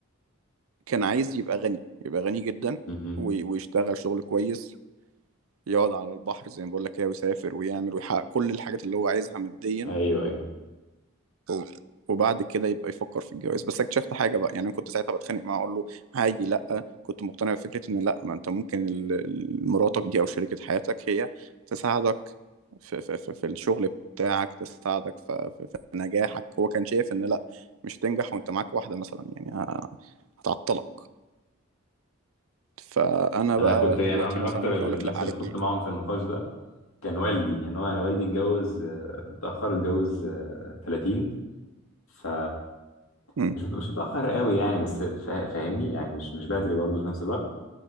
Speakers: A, on the right (about 75°); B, on the left (about 80°).
A: كان عايز يبقى غني يبقى غني جدًا
B: مهم.
A: و ويشتغل شغل كويس، يقعد على البحر زي ما باقول لك كده ويسافر ويعمل ويحقق كل الحاجات اللي هو عايزها ماديًا
B: ايوه ايوه
A: و وبعد كده يبقى يفكّر في الجواز، بس اكتشفت حاجة بقى، يعني أنا كنت ساعتها باتخانق معاه أقول له: "هاجي، لأ." كنت مقتنع بفكرة إن لأ، ما أنت ممكن ال ال مراتك دي أو شريكة حياتك هي تساعدك في في في في الشغل بتاعك، تساعدك ف في في نجاحك، هو كان شايف إن لأ، مش هتنجح وأنت معاك واحدة مثلًا يعني ه هتعطّلك. فأنا
B: انا
A: بقى
B: كنت يعني
A: دلوقتي
B: من
A: مثلًا
B: اكتر
A: ممكن
B: ال-
A: أقول لك
B: الناس
A: لأ، عارف
B: اللي خدت
A: ليه؟
B: معاهم في النقاش ده كان والدي يعني هو انا والدي اتجوز آه، متاخر اتجوز آه، 30 ف
A: إمم،
B: مش مت- مش متاخر قوي يعني بس فا- فاهمني يعني مش مش بدري برضه في نفس الوقت